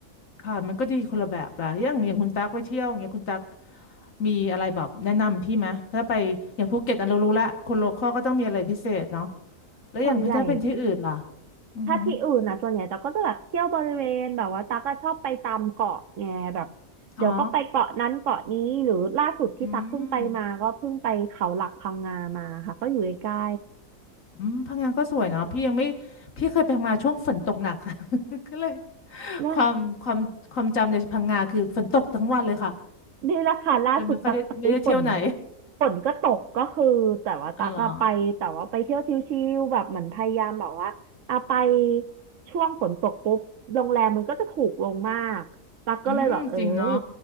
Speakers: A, on the left; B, on the right.
A: ค่ะมันก็ดีคนละแบบละอย่างอย่างคุณตั๊กไปเที่ยวอย่างเงี้ยคุณตั๊กมีอะไรแบบแนะนำพี่ไหมถ้าไปอย่างภูเก็ตอันเรารู้ละคนโลคอลก็ต้องมีอะไรพิเศษเนาะแล้วอย่างถ้าเป็นที่อื่นล่ะ
B: ส่วนใหญ่
A: อือหือ
B: ถ้าที่อื่นอ่ะส่วนใหญ่ตั๊กก็จะแบบเที่ยวบริเวณแบบว่าตั๊กก็ชอบไปตามเกาะไงแบบเดี๋ยวก็ไปเกาะนั้นเกาะนี้หรือล่าสุดที่ตั๊กเพิ่งไปมาก็เพิ่งไปเขาหลักพังงามาค่ะก็อยู่ใกล้
A: อ๋ออืมอืมพังงานก็สวยเนาะพี่ยังไม่พี่เคยไปพังงาช่วงฝนตกหนัก <laughs> ค่ะ <laughs> ก็เลย
B: ๆเนี่ย
A: ความความความจำในพังงาคือฝนตกทั้งวันเลยค่ะ
B: นี่แหละค่ะล่าสุดตักไปฝน
A: เลยไม่ค่อยได้ไม่ได้เที่ยวไหน
B: ฝนก็ตกก็คือแต่ว่าตักอะไปแต่ว่าไปเที่ยวชิลๆแบบเหมือนพยายามแบบว่าอะไป
A: อ๋อเหรอ
B: ช่วงฝนตกปุ๊บโรงแรมมันก็จะถูกลงมากตักก็เลยแบบเอ้ย
A: อืม จริงเนาะ